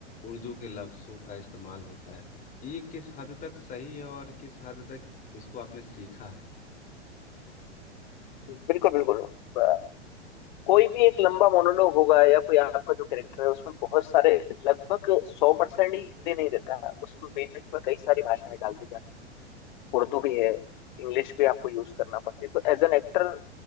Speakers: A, on the left (about 25°); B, on the left (about 45°).
A: उर्दू के लफ्ज़ों का इस्तेमाल होता है ये किस हद तक सही है और किस हद तक इसको आपने सीखा है
B: बिल्कुल बिल्कुल अ, कोई भी एक लंबा मोनोलॉग होगा या कोई आपका जो कैरेक्टर है उसमें बहुत सारे लगभग सौ परसेंट ही हिंदी नहीं देता है उसमें बीच बीच में कई सारी भाषाएं डाल दी जाती हैं। उर्दू भी है इंग्लिश भी आपको यूज करना पड़ती है तो एज एन एक्टर